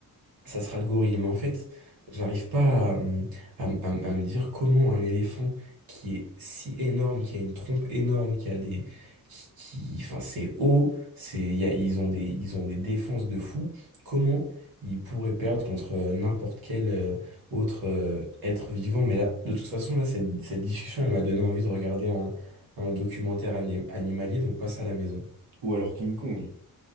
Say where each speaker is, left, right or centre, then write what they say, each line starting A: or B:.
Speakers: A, on the right (about 85°); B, on the right (about 55°).
A: ça sera le gorille. Mais en fait, j'arrive pas à, me- à, me à me- à me dire comment un éléphant qui est si énorme, qui a une trompe énorme, qui a des, qui, qui- enfin, c'est haut, c'est, il y a- ils ont des, ils ont des défenses de fou. Comment ils pourraient perdre contre euh, n'importe quel euh, autre euh, être vivant? Mais là, de toute façon, là, cette, cette discussion, elle m'a donné envie de regarder un, un documentaire anim- animalier, donc passe à la maison.
B: Ou alors King Kong.